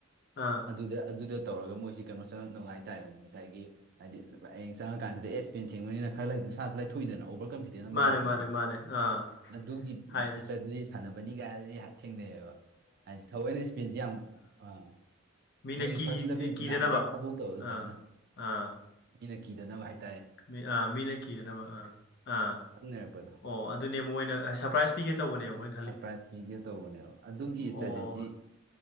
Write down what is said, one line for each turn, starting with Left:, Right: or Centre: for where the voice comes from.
Left: ꯑꯥ
Right: ꯑꯗꯨꯗ ꯑꯗꯨꯗ ꯇꯧꯔꯒ ꯃꯣꯏꯁꯤ ꯀꯩꯅꯣ ꯆꯪꯉꯛꯅꯕ ꯍꯥꯏꯇꯥꯔꯦꯅꯦ ꯉꯁꯥꯏꯒꯤ ꯍꯥꯏꯗꯤ ꯍꯌꯦꯡ ꯆꯪꯉꯀꯥꯟꯁꯤꯗ ꯑꯦꯁ ꯄꯦꯟ ꯊꯤꯡꯕꯅꯤꯅ ꯈꯔ ꯃꯁꯥ ꯂ ꯂꯩꯊꯣꯛꯏꯗꯅ ꯑꯣꯚꯔ ꯀꯟꯐꯤꯗꯦꯟ ꯑꯃ
Left: ꯃꯥꯅꯦ
Right: ꯂꯩꯔꯒꯗꯤ
Left: ꯃꯥꯅꯦ ꯃꯥꯅꯦ ꯑꯥ
Right: ꯑꯗꯨꯒꯤ
Left: ꯍꯥꯏꯗꯤ
Right: ꯏꯁꯇ꯭ꯔꯦ ꯁꯥꯟꯅꯕꯅꯤꯒꯥꯏꯅꯗꯤ ꯊꯦꯡꯅꯩꯑꯌꯦꯕ ꯍꯥꯏꯗꯤ ꯊꯑꯣꯏꯅ ꯏꯁꯄꯦꯟꯁꯦ ꯌꯥꯝ ꯑꯥ
Left: ꯃꯤꯅ
Right: ꯃꯣꯏꯒꯤ
Left: ꯀꯤ
Right: ꯐꯥꯔꯁ ꯏꯂꯚꯦꯟꯁꯤ
Left: ꯀꯤꯗꯅꯕ
Right: ꯅꯍꯥꯟꯗꯒꯤꯩ ꯊꯥꯗꯣꯛꯇꯕ ꯑꯗꯨ
Left: ꯑꯥ
Right: ꯐꯖꯅ
Left: ꯑꯥ
Right: ꯃꯤꯅ ꯀꯤꯗꯅꯕ ꯍꯥꯏꯦ
Left: ꯃꯤ ꯑꯥ ꯃꯤꯅ ꯀꯤꯗꯅꯕ ꯑꯥ ꯑꯥ
Right: ꯊꯥꯛ ꯅꯩꯔꯛꯄꯗꯣ
Left: ꯑꯣ ꯑꯗꯨꯅꯦ ꯃꯣꯏꯅ ꯁꯔꯄ꯭ꯔꯥꯏꯁ ꯄꯤꯒꯦ ꯇꯧꯕꯅꯦꯕ ꯃꯣꯏ
Right: ꯁꯔꯄ꯭ꯔꯥꯏꯁ ꯄꯤꯒꯦ ꯇꯧꯕꯅꯦꯕ ꯑꯗꯨꯒꯤ ꯏꯁꯇ꯭ꯔꯦꯇꯦꯖꯤ
Left: ꯑꯣ